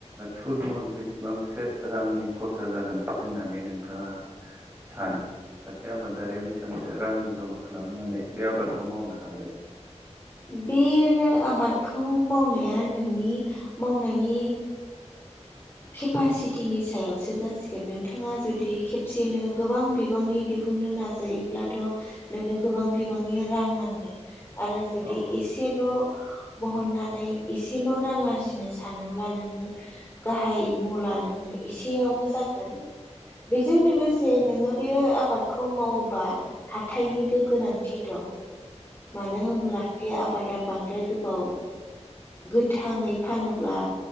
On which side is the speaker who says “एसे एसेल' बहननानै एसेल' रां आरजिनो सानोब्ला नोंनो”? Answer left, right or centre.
Left